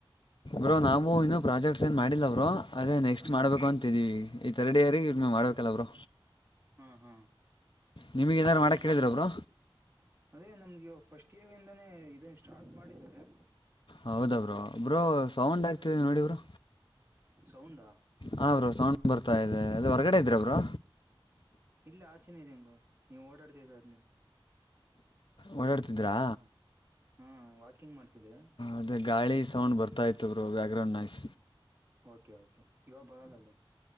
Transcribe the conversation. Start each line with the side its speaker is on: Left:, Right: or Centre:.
Left: ಅವೋ ನಾವು ಇನ್ನೂ ಪ್ರಾಜೆಕ್ಟ್ಸ್ ಏನು ಮಾಡಿಲ್ಲ ಅವರು ಅದೇ ನೆಕ್ಸ್ಟ್
Right: ಹ್ಮ್
Left: ಮಾಡ್ಬೇಕು ಅಂತಿದೀವಿ ಈ ಥರಡಿಯ ರೀ ಇ ನೀವು ಮಾಡ್ಬೇಕಲ್ಲ ಅವರು
Right: ಹ ಹಾ
Left: ನಿಮಗ್ ಏನಾರು ಮಾಡಕ್ ಕೇಳಿದ್ರಬ್ರು
Right: ಅದೇ ನಮ್ಗೆ ಫಸ್ಟ್ ಇಯರ್ ಇಂದಾನೇ ಇದ ಸ್ಟಾರ್ಟ್ ಮಾಡಿದ್ದಾರೆ
Left: ಹೌದ ಬ್ರೋ ಸೌಂಡ್ ಆಗ್ತಿದೆ ನೋಡಿಬರು
Right: ಸೌಂಡಾ
Left: ಹ ಬ್ರೋ ಸೌಂಡ್ ಬರ್ತಾ ಇದೆ ಅದು ಹೊರಗಡೆ ಇದ್ದೀರಾ ಬ್ರೋ
Right: ಇಲ್ಲ ಆಚೇನೆ ಇದದೆ ಅಂಬ ನೀವು ಓಡಡ್ತ ಅಲ್ಲಿ
Left: ಓಡಾಡ್ತಿದ್ರಾ
Right: ಹಾ ವಾಕಿಂಗ್ ಮಾಡ್ತಿದ್ದೆ
Left: ಅದೇ ಗಾಳಿ ಸೌಂಡ್ ಬರ್ತಾ ಇತ್ತುವರು background nice
Right: okay okay ಇವಾಗ ಬರಲ್ಲೀ